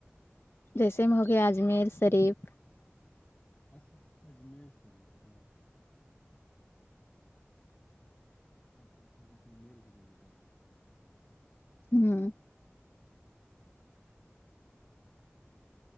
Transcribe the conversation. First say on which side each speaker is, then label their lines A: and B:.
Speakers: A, on the left; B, on the left.
A: جیسے میں ہو گیا اجمیر شریف
B: اچھا اجمیر شریف ہے اچھا آپ کو جسلمیر بھی جانا چاہیے
A: ہمم